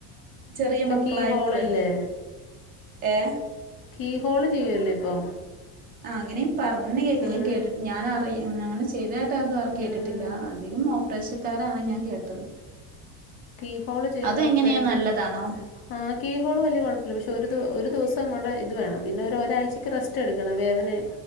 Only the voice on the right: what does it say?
ചെറിയ മക്കളായപ്പോളേ
ഏ
ആ അങ്ങനെയും പറഞ്ഞു കേക്ക്
ഞാൻ കേട്ട് ഞാനറിയ ഞങ്ങനെ ചെയ്ത് ട്ടതും ആർ കേട്ടിട്ടില്ല
അധികം ഓപ്പറേഷക്കാരാണ് ഞാൻ കേട്ടത്
അത്
എങ്ങനെയാ നല്ലതാണോ